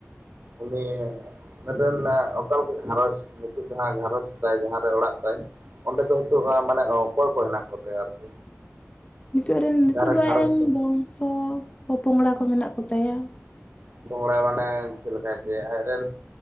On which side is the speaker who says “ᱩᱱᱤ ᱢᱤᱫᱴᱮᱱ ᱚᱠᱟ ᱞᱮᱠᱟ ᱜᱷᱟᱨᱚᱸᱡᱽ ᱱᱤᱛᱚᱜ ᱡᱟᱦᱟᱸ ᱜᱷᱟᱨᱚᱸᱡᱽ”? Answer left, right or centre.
Right